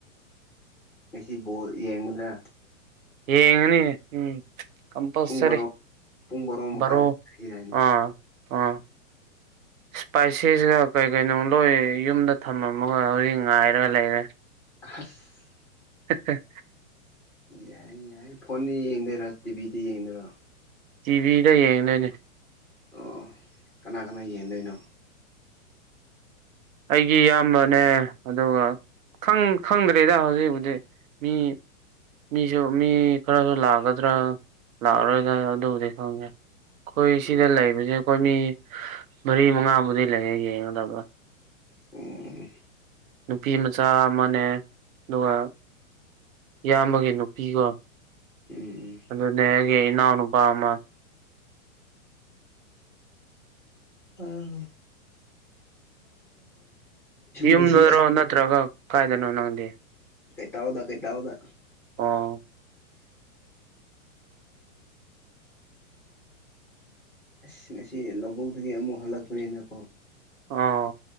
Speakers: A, in the centre; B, on the right.
A: ꯉꯁꯤ ꯕꯣꯟ ꯌꯦꯡꯒꯗ꯭ꯔꯥ
B: ꯌꯦꯡꯉꯅꯤꯅꯦ ꯎꯝ ꯀꯝꯄꯜꯁꯔꯤ
A: ꯄꯨꯡ ꯕꯥꯔꯣ ꯄꯨꯡ ꯃꯈꯥꯏ
B: ꯕꯥꯔꯣ
A: ꯂꯩꯗꯥꯏꯅꯦ
B: ꯑꯥ ꯑꯥ ꯏꯁꯄꯥꯏꯁꯤꯁꯔꯥ ꯀꯩ ꯀꯩꯅꯣ ꯂꯣꯏ ꯌꯨꯝꯗ ꯊꯝꯃꯝꯃꯒ ꯍꯧꯖꯤꯛ ꯉꯥꯏꯔꯒ ꯂꯩꯔꯦ
A: ꯍꯁ
B: ꯍꯦꯍꯦ
A: ꯌꯥꯏ ꯌꯥꯏꯌꯦ ꯐꯣꯟꯗ ꯌꯦꯡꯗꯣꯏꯔꯣ ꯇꯤꯚꯤꯗ ꯌꯦꯡꯗꯣꯏꯔꯥ
B: ꯇꯤꯚꯤꯗ ꯌꯦꯡꯗꯣꯏꯅꯦ
A: ꯑꯣ ꯀꯅꯥ ꯀꯅꯥ ꯌꯦꯡꯗꯣꯏꯅꯣ
B: ꯑꯩꯒꯤ ꯏꯌꯥꯝꯕꯅꯦ ꯑꯗꯨꯒ ꯈꯪ ꯈꯪꯗ꯭ꯔꯦꯤꯗ ꯍꯧꯖꯤꯛꯕꯨꯗꯤ ꯃꯤ ꯃꯤꯁꯨ ꯃꯤ ꯈꯔꯁꯨ ꯂꯥꯛꯀꯗ꯭ꯔꯥ ꯂꯥꯛꯑꯔꯣꯏꯗꯔꯥ ꯑꯗꯨꯕꯨꯗꯤ ꯈꯪꯒꯦ ꯑꯩꯈꯣꯏ ꯁꯤꯗ
A: ꯎꯝ
B: ꯂꯩꯕꯁꯦ ꯑꯩꯈꯣꯏ ꯃꯤ ꯃꯔꯤ ꯃꯉꯥꯕꯨꯗꯤ ꯂꯩꯌꯦ ꯌꯦꯡꯒꯗꯕ
A: ꯑꯣ
B: ꯅꯨꯄꯤ ꯃꯆꯥ ꯑꯃꯅꯦ ꯑꯗꯨꯒ ꯏꯌꯥꯝꯕꯒꯤ ꯅꯨꯄꯤꯒ
A: ꯎꯝ
B: ꯑꯗꯨꯅꯦ ꯑꯩꯒꯤ ꯏꯅꯥꯎ ꯅꯨꯄꯥ ꯑꯃ
A: ꯑꯥ
B: ꯌꯨꯝꯗꯔꯣ
A: ꯉꯁꯤ ꯑꯁ
B: ꯅꯠꯇ꯭ꯔꯒ ꯀꯥꯏꯗꯅꯣ ꯅꯪꯗꯤ
A: ꯀꯩ ꯇꯥꯎꯗ ꯀꯩ ꯇꯥꯎꯗ
B: ꯑꯣ
A: ꯑꯁ ꯉꯁꯤ ꯂꯧꯕꯨꯛꯒꯤ ꯑꯃꯨꯛ ꯍꯜꯂꯛꯄꯅꯤꯅꯀꯣ
B: ꯑꯣ